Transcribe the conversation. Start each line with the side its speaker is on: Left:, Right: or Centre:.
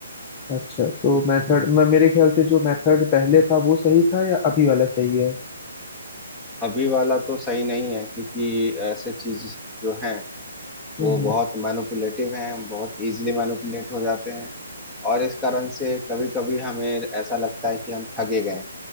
Left: अच्छा तो मेथड मेरे ख्याल से जो मेथड पहले था वो सही था या अभी वाला सही है
Centre: अभी वाला तो सही नहीं है क्योंकि ऐसे चीज जो है
Left: हम्म
Centre: वो बहुत मैनिपुलेटिव हैं बहुत इजीली मैनिपुलेट हो जाते हैं और इस कारण से कभी कभी हमें ऐसा लगता है कि हम ठगे गए